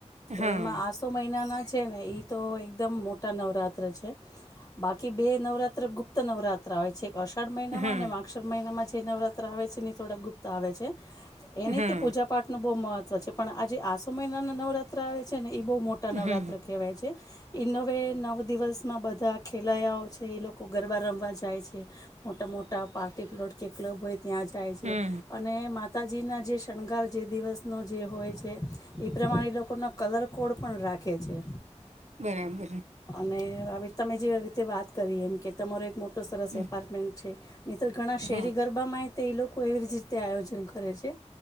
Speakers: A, on the left; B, on the right.
A: તો
B: હા હા
A: એમાં આસો મહિનાના જ છે ને એ તો એકદમ મોટા નવરાત્ર છે. બાકી બે નવરાત્ર ગુપ્ત નવરાત્ર આવે છે. એક આસો મહિના
B: હા
A: માં અને માક્ષર મહિનામાં જ જે નવરાત્રા આવે છે ને થોડાક ગુપ્ત આવે છે. એની
B: હા
A: તે પૂજા પાઠ નું બહુ મહત્ તો છે પણ આજે આસો મહિનાના નવરાત્ર આવે છે ને એ બહુ મોટા નવરાત્ર
B: હા
A: કહેવાય છે ઇ નવે નવ દિવસ માં બધા ખેલયાઓ છે એ લોકો ગરબા રમવા જાય છે. મોટા મોટા પાર્ટી પ્લોટ કે ક્લબ હોય ત્યાં જાય છે.
B: હા
A: અને માતા માતાજીના જે શ્રિગાર જે દિવસનો જે હોય છે એ પ્રમાણે એ લોકોના કલર કોડ પણ રાખે છે.
B: બરાબર.
A: અને તમે જે રીતે વાત કરી એમ કે તમારો એક મોટો તો સરસ
B: હમ,
A: એપાર્ટમેન્ટ છે. મિત્ર ઘણા શહેરી
B: હા
A: ગરબામાં તે એલોકો એવીજ રીતે આયોજન કરે છે.